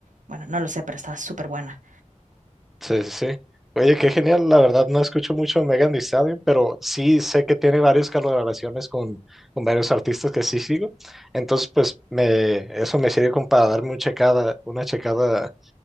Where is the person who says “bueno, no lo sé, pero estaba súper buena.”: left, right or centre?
Right